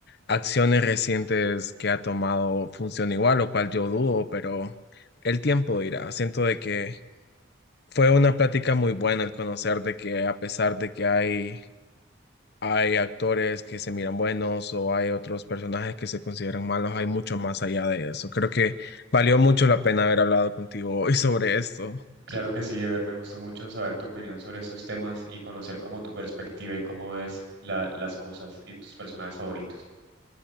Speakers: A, on the left; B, on the right.
A: acciones recientes que ha tomado funciona igual, lo cual yo dudo, pero el tiempo dirá. Siento de que fue una plática muy buena el conocer de que a pesar de que hay hay actores que se miran buenos o hay otros personajes que se consideran malos, hay mucho más allá de eso. Creo que valió mucho la pena haber hablado contigo hoy sobre esto.
B: Claro que sí, Ever, me gustó mucho saber tu opinión sobre esos temas y conocer como tu perspectiva y cómo ves la- las cosas y tus personajes favoritos.